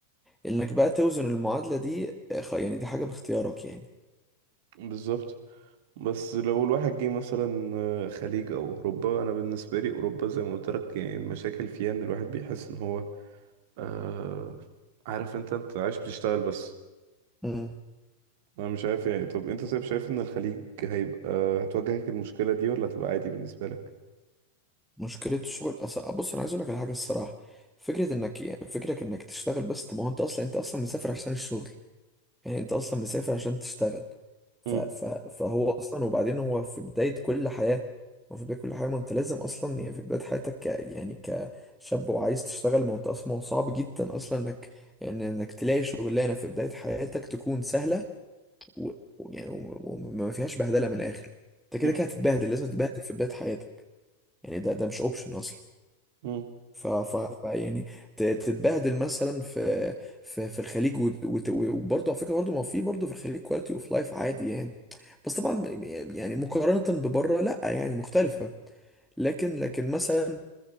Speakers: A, in the centre; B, on the right (about 50°).
A: انك بقى توزن المعادلة دي خ- يعني دي حاجة باختيارك يعني
B: بالظبط بس لو الواحد جه مثلا آه، خليج او اوروبا انا بالنسبه لي اوروبا زي ما قلت لك يعني المشاكل فيها ان الواحد بيحس ان هو آه عارف انت انت عايش بتشتغل بس
A: مم.
B: انا مش عارف يعني طب انت طيب شايف ان الخليج هيبقى هتواجهك المشكلة دي ولا هتبقى عادي بالنسبة لك
A: مشكلة الشغل أص... بص انا عايز اقول لك على حاجة الصراحة فكرة انك فكرك انك تشتغل بس طب ما هو انت اصلا انت اصلا مسافر عشان الشغل يعني انت اصلا مسافر عشان تشتغل ف...
B: مم.
A: ف... فهو اصلا وبعدين هو في بداية كل حياة هو في بداية كل حياة ما انت لازم اصلا يعني في بداية حياتك ك... يعني كشاب وعايز تشتغل ما هو انت اصلا ما هو صعب جدا اصلا انك يعني انك تلاقي شغلانة في بداية حياتك تكون سهلة و... و- يعني و- وما فيهاش بهدلة من الاخر انت كده
B: مم.
A: كده هتتبهدل لازم تتبهدل في بداية حياتك يعني ده ده مش اوبشن اصلا
B: مم.
A: ف ف ف- يعني ت- تتبهدل مثلا في في في الخليج وت- وت- وبرضه على فكره برضه ما في برضه في الخليج كواليتي اوف لايف عادي يعني بس طبعا يعني مقارنه ببره لا يعني مختلفه لكن لكن مثلا